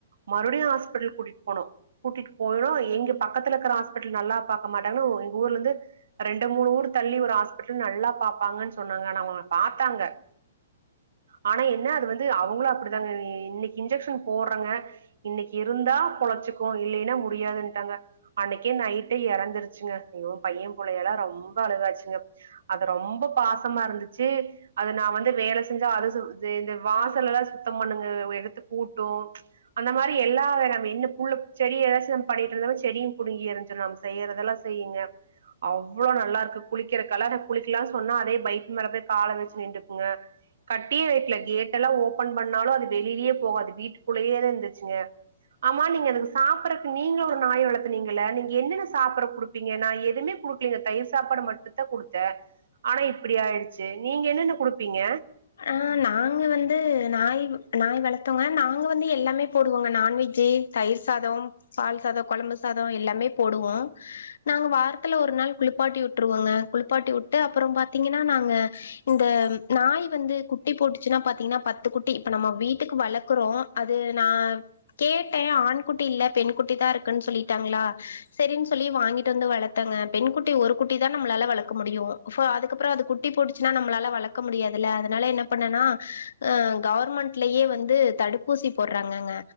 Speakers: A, on the right (about 65°); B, on the left (about 75°).
A: மறுபடியு ஆஸ்பிட்டலுக்கு கூட்டிட் போனோ கூட்டிட்டு போனோ எங்க பக்கத்துல இருக்குற ஹாஸ்பிட்டல் நல்லா பாக்க மாட்டாங்கனு எங்க ஊர்லந்து ரெண்டு மூணு ஊர் தள்ளி ஒரு ஹாஸ்பிட்டல் நல்லா பாப்பாங்கன்னு சொன்னாங்க ஆனா அவங்க பாத்தாங்க ஆனா என்ன அது வந்து அவங்களு அப்டிதாங்க இன்னைக்கு இன்ஜெக்ஷன் போட்றங்க இன்னைக்கு இருந்தா பொழைச்சுக்கு இல்லைன்னா முடியாதுன்ட்டாங்க அன்னைக்கே நைட்டே எறந்துருச்சுங்க அய்யோ பையன் <unintelligible> எல்லா ரொம்ப அழகாச்சுங்க அது ரொம்ப பாசமாருந்துச்சு அது நா வந்து வேல செஞ்சா அது இந்த வாசல்லெல்லா சுத்தம் பண்ணுங்க எடுத்து கூட்டு அந்த மாரி எல்லா வே ந என்ன புல்ல செடி ஏதாச்சு பண்ணிட்ருந்த செடியு புடுங்கி எருதுச்ச நம்ம செய்யறதெல்லா செய்யுங்க அவ்ளோ நல்லாருக்கு குளிக்கறக்கெல்லா குளிக்கலான் சொன்னா அதே பைக்கு மேல போய் கால வச்சு நின்றுக்குங்க கட்டியே வைக்கல கேட்டெல்லா ஓப்பன் பண்ணாலு அது வெளிலிலே போகாது வீட்டுக்குள்ளயே தாருந்துச்சுங்க ஆமா நீங்க அதுக்கு சாப்பட்றக்கு நீங்க ஒரு நாய வளத்துனீங்கல நீங்க என்னென்ன சாப்பட்ற குடுப்பீங்க நா எதுமே குடுக்கலைங்க தயிர் சாப்பாடு மட்டும்தா குடுத்தே ஆனா இப்டி ஆயிடுச்சு நீங்க என்னென்ன குடுப்பீங்க
B: ஆ நாங்க வந்து நாய் நாய் வள தோங்க நாங்க வந்து எல்லாமே போடுவோங்க நான்வெஜ்ஜி தயிர் சாதொ பால் சாதொ கொழம்பு சாதொ எல்லாமே போடுவோ நாங்க வாரத்துல ஒரு நாள் குளிப்பாட்டி வுட்டுருவோங்க குளிப்பாட்டி வுட்டு அப்ற பாத்தீங்கனா நாங்க இந்த நாய் வந்து குட்டி போட்டுச்சுன்னா பாத்தீங்கனா பத்து குட்டி இப்ப நம்ம வீட்டுக்கு வளக்குறோ அது நா கேட்டே ஆண்குட்டி இல்ல பெண் குட்டி தா இருக்குன் சொல்லிட்டாங்ளா சரின்னு சொல்லி வாங்கிட்டு வந்து வளத்தேங்க பெண் குட்டி ஒரு குட்டி தா நம்ளால வளக்க முடியு ஃப அதுக்கப்ற அது குட்டி போட்டுச்சுன்னா நம்ளால வளக்க முடியாது ல அதனால என்ன பண்ணனா ஆ கவர்மெண்ட்லயே வந்து தடுப்பூசி போட்றாங்கங்க